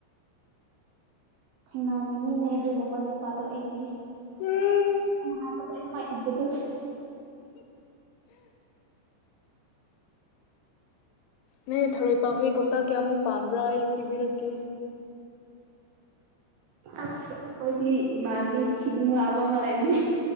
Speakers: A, on the right; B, on the left.
A: ꯈꯪꯉꯅꯤꯡꯉꯤꯅꯦ ꯑꯗꯨꯒꯨꯝꯕ ꯅꯨꯄꯥꯗꯣ ꯑꯩꯗꯤ
B: ꯎꯝ
A: ꯎꯝ ꯍꯥꯏꯕ ꯂꯣꯏꯅꯃꯛ ꯏꯟꯕꯗꯨ
B: ꯅꫭꯏꯅ ꯊꯔꯣꯏ ꯄꯥꯝꯃꯤ ꯀꯧꯇꯥꯛ ꯀꯌꯥꯃꯨꯛ ꯄꯥꯝꯕ꯭ꯔ ꯑꯩ ꯄꯤꯕꯤꯔꯛꯀꯦ
A: ꯑꯁ ꯑꯩꯈꯣꯏꯗꯤ ꯏꯃꯥꯟꯕꯤ ꯊꯤꯕꯨꯡ ꯂꯥꯛꯕ ꯑꯃ ꯂꯩꯕꯅꯤ